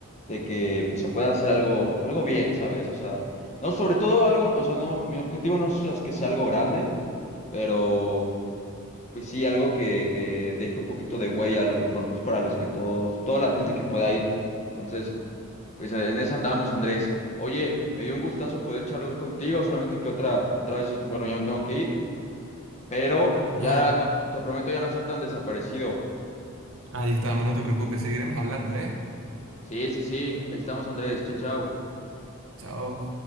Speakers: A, on the left; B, on the right.
A: de que pues se pueda hacer algo, algo bien, ¿sabes? O sea, no, sobre todo algo, o sea, no, mi objetivo no es que sea algo grande, pero pues sí, algo que, que deje un poquito de huella a lo mejor, pues para los que todos, toda la gente que pueda ir. Entonces, Pues eh, en eso andamos, Andrés. Oye, me dio un gustazo poder charlar contigo, solamente que otra, otra vez, bueno, ya me tengo que ir, pero
B: No,
A: ya no- te prometo ya no estar tan desaparecido.
B: ahí estamos, no te preocupes, seguiremos hablando, ¿eh?
A: Sí, sí, sí, ahí estamos, Andrés. Chao, chao.
B: Chao.